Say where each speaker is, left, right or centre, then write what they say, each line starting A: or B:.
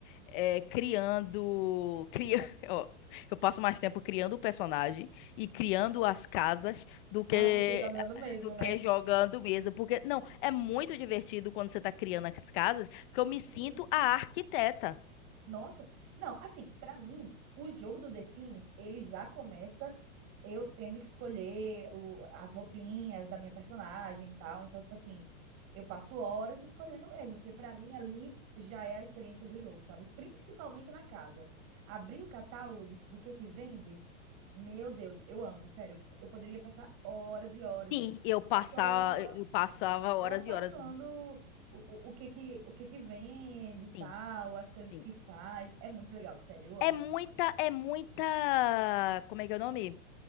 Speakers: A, on the left (about 40°); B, on the right (about 40°).
A: é, criando, cria, <laughs> ó, eu passo mais tempo criando o personagem e criando as casas do que
B: Do que jogando mesmo,
A: do
B: né?
A: que jogando mesmo, porque não, é muito divertido quando você tá criando as casas, porque eu me
B: Uhum.
A: sinto a arquiteta.
B: Nossa, não, assim, pra mim, o jogo do The Sims, ele já começa eu tendo que escolher o- as roupinhas da minha personagem e tal. Então, tipo assim, eu passo horas escolhendo mesmo, porque pra mim ali já é a experiência do jogo, sabe? Principalmente na casa. Abrir o catálogo de- do que que vende, meu Deus, eu amo, sério. Eu poderia passar horas e horas
A: Sim, eu passava,
B: Só
A: eu passava
B: só
A: horas
B: sacando
A: e horas.
B: o, o, o que que, o que que vende e tal,
A: Sim,
B: as coisas
A: sim.
B: que faz. É muito legal, sério, eu amo.
A: É muita, é muita, como é que é o nome?